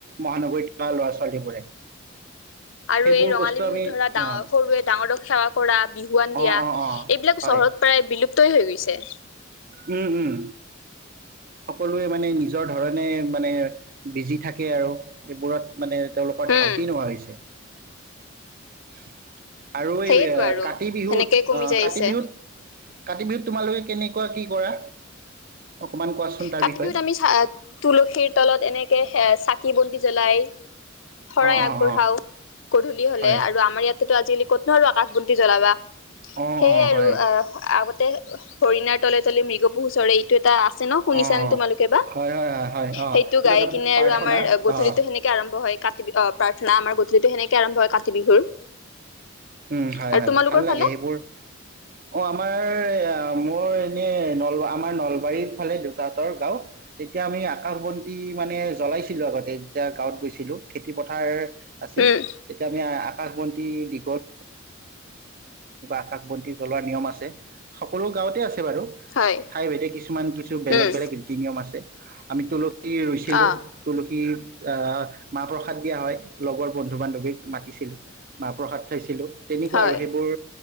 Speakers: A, on the right; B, on the left.
A: মহানগৰীত থকা ল'ৰা ছোৱালীবোৰে।
B: আৰু
A: সেইবোৰ
B: এই ৰঙালী
A: বস্তু
B: বিহুত
A: আমি
B: ধৰা ডাঙ
A: অ'
B: সৰুৱে ডাঙৰ ডক সেৱা কৰা বিহুৱান
A: অ'
B: দিয়া।
A: অ' অ'
B: এইবিলাক
A: হয়
B: চহৰত প্ৰায় বিলুপ্তই হৈ গৈছে। যে,
A: উম, উম সকলোৱে মানে নিজৰ ধৰণে মানে বিজি থাকে আৰু। এইবোৰত মানে তেওঁলোকৰ
B: হম
A: ধাউতি নোহোৱা হৈছে। <unintelligible> আৰু এই
B: সেইটো আৰু
A: কাতি বিহুত
B: সেনেকে কমি
A: অহ,
B: যাই
A: কাতি
B: আহিছে
A: বিহুত- কাতি বিহুত, তোমালোকে কেনেকে কৰা অকমান কোৱাচোন তাৰ
B: কাতি
A: বিষয়ে
B: বিহুত আমি চ তুলসীৰ তলত এনেকে চাকি বন্তি জ্বলাই শৰাই
A: অ'
B: আগবঢ়াও
A: অ' অ'
B: গধূলি হলে'
A: হয়
B: আৰু আমাৰ ইয়াতেতো আজিকি ক'তনো আৰু আকাশ বন্তি জ্বলাবা।
A: অ'
B: সেইয়াই
A: অ'
B: আৰু
A: হয়
B: আহ, আগতে হৰিণাৰ তলে-তলে মৃগ পহু চৰে এইটো এটা আছে, শুনিছা
A: অঁ
B: নে? তোমালোকে বা
A: হয় হয় হয় হয় অঁ
B: সেইটো
A: এইটো
B: গাই
A: এটা
B: কিনে
A: প্ৰাৰ্থনা
B: আৰু আমাৰ গধূলিটো
A: অঁ
B: সেনেকে আৰম্ভ হয় কাতি বিহুৰ প্ৰাৰ্থনা আমাৰ। যিটো সেনেকে আৰম্ভ হয় কাতি বিহুৰ।
A: উম, হয়-হয়
B: আৰু তোমালোকৰ
A: ভাল লাগে,
B: ফালে
A: সেইবোৰ অ' আমাৰ মোৰ এনে নল আমাৰ নলবাৰীৰ ফালে দেউতাহতৰ গাঁও, তেতিয়া আমি আকাশ বন্তি মানে জ্বলাইছিলো আগতে যেতিয়া গাঁৱত গৈছিলো। খেতি পথাৰ আছিল।
B: উম
A: তেতিয়া আমি সাষ বন্তি দিশত আকাশ বন্তি জ্বলোৱাৰ নিয়ম আছে সকলো গাঁৱতে আছে। বাৰু
B: হয়
A: ঠাই ভাইদে কিছুমান কিছু বেলেগ-বেলেগ
B: উম
A: ৰীতি নিয়ম আছে। আমি তো ৰুইছিলো
B: অ
A: তুলসী আহ, মাহ-প্ৰসাদ দিয়া হয়, লগৰ বন্ধু-বান্ধৱীক মাতিছিলো। মাহ-প্ৰসাদ চাইছিলো তেনেকুৱা
B: হয়
A: আৰু সেইবোৰ